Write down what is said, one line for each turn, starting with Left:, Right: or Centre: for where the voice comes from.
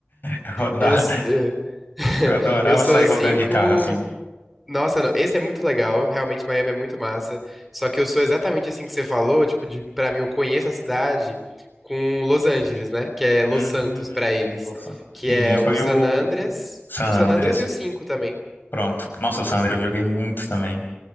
Left: Eu rodava-
Centre: Eu, s- eu, <laughs>
Left: eu adorava
Centre: eu sou
Left: sair
Centre: assim
Left: rodando de
Centre: com.
Left: carro assim.
Centre: Nossa, não. Esse é muito legal. Realmente, Miami é muito massa. Só que eu sou exatamente assim que você falou. Tipo, de, pra mim, eu conheço a cidade com Los Angeles, né? Que é Los
Left: Hum,
Centre: Santos pra eles.
Left: nossa.
Centre: Que
Left: Sim,
Centre: é o
Left: foi
Centre: San
Left: o
Centre: Andreas.
Left: San
Centre: O San
Left: Andreas.
Centre: Andreas e o 5 também.
Left: Pronto. Nossa, Sandra, eu joguei muito também.